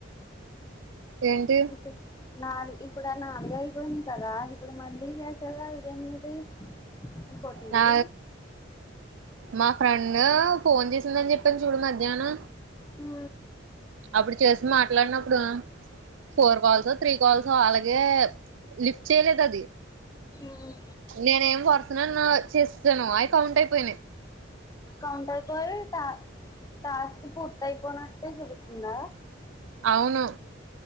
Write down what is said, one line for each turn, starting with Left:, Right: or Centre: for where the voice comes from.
Right: ఏంటి
Left: ఇప్పుడు నాలుగు ఇప్పుడు నాలుగ అయిపోయినాయి కదా ఇప్పుడు మళ్ళీ చేసాగా ఇదన్నది ఇం కొటిది
Right: నా మా ఫ్రెండ్ ఫోన్ చేసిందని చెప్పాను చూడు మధ్యాహ్నం
Left: హ
Right: అప్పుడు చేసి మాట్లాడినప్పుడు ఫోర్ కాల్స్ త్రీ కాల్సో అలాగే లిఫ్ట్ చేయలేదు అది
Left: ఉమ్,
Right: నేనే ఏం పడుతున్నా చేస్తాను అవి కౌంట్ అయిపోయినా
Left: కౌంటయిపోయి టాస్క్ పూర్తయిపోయినట్లు చూపి అయిందా
Right: అవును